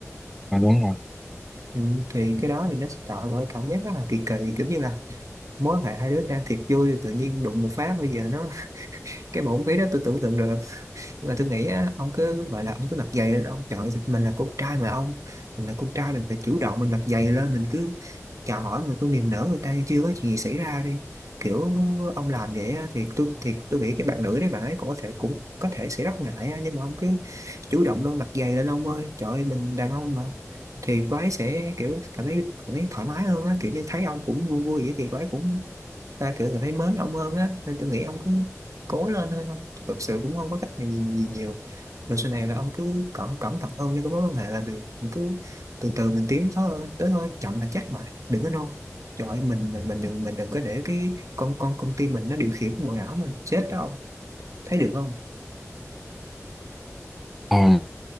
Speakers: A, in the centre; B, on the right (about 85°).
A: à, đúng rồi
B: ừ, thì cái đó thì nó sẽ tạo ra cảm giác rất là kỳ kỳ kiểu như là mối quan hệ hai đứa đang thiệt vui thì tự nhiên đụng một phát bây giờ nó cái bộ ví đó tôi tưởng tượng được nhưng mà tôi nghĩ á, ông cứ gọi là ông cứ mặc giày lên ông trời ơi, mình là con trai mà ông mình là con trai mình phải chủ động mình mặc giày lên mình cứ chào hỏi mình cứ niềm nở người ta như chưa có chuyện gì xảy ra đi kiểu ông làm vậy á, thì tôi thì tôi nghĩ cái bạn nữ đấy bạn ấy cũng có thể cũng có thể sẽ rất ngại á, nhưng mà ông cứ chủ động luôn mặc giày lên ông ơi trời ơi mình đàn ông mà thì cô ấy sẽ kiểu cảm thấy cảm thấy thoải mái hơn á kiểu như thấy ông cũng vui vui vậy thì cô ấy cũng ta kiểu cảm thấy mến ông hơn á nên tôi nghĩ ông cứ cố lên thôi không thực sự cũng không có cách gì, gì nhiều rồi sau này là ông cứ cẩn cẩn thận hơn đi có mối quan hệ là được mình cứ từ từ mình tiến thôi tới thôi chậm là chắc mà đừng có nôn trời ơi, mình mình mình đừng mình đừng có để cái con con công ty mình nó điều khiển bộ não mình chết đó ông thấy được không
A: à,